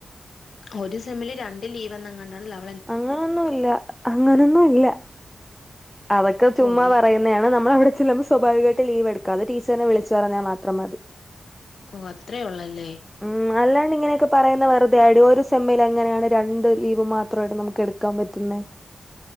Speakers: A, on the left; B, in the centre.
A: ഒരു സെമ്മില് രണ്ട് ലീവെ ന്നെങ്ങാണ്ടാണ് ല
B: അങ്ങനൊന്നുല്ല അങ്ങനൊന്നു ല്ല അതൊക്കെ ചുമ്മാ
A: ഓ ലീ
B: പറയു ന്നെയാണ്. നമ്മളവ്ട ചെല്ലുമ്പ സ്വാഭാവികായിട്ട് ലീവെടുക്കാതെ ടീച്ചർനെ വിളിച്ച് പറഞ്ഞാ മാത്രം മതി
A: ഓ അത്രേ ഉള്ളല്ലേ
B: ഉം അല്ലാണ്ടിങ്ങനെയൊക്കെ പറയുന്ന വെറുതെയാടി ഒരു സെമ്മിലെങ്ങനെയാണ് രണ്ട് ലീവ് മാത്രേ ടു നമുക്കെടുക്കാം പറ്റുന്നെ